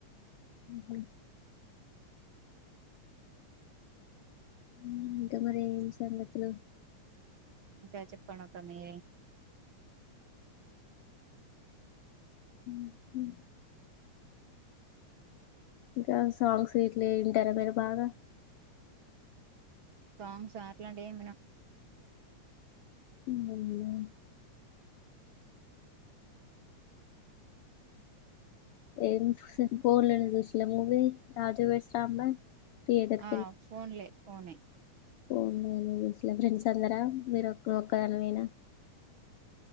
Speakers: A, on the left; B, on the right.
A: ఉమ్. ఉమ్ ఇంకా మరి ఏం సంగతులు.
B: ఇంకా చెప్పండి ఒకమే.
A: ఉమ్ హు. ఇంకా సాంగ్స్ గిట్ల వింటారా మీరు బాగా.
B: సాంగ్స్ అట్లాంటివి ఏం వినం.
A: ఉమ్ మరి మీరు. ఎమ్ సీన్ ఫోన్లానే చూసిలే movie Raju weds Rambai. Theatre
B: ఆహ్ ఫోన్లే ఫోన్ ఏ.
A: ఫోన్ లో చూసిల ఫ్రెండ్స్ అందరా మీరు ఒక్క ఒక దానివేనా.